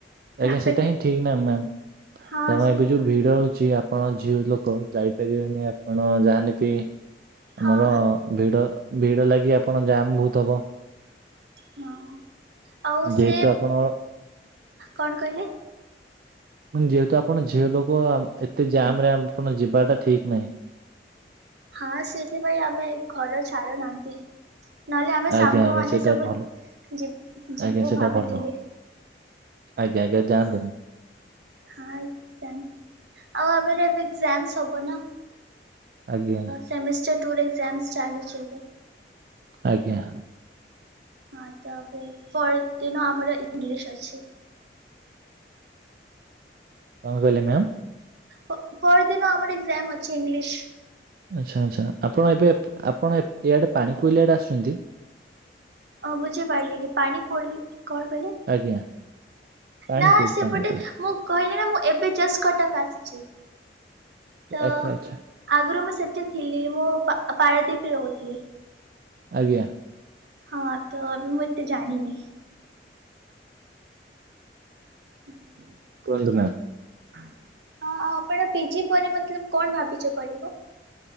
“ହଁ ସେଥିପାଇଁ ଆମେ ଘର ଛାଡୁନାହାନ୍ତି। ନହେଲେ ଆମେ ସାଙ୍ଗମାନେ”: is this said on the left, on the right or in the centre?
Right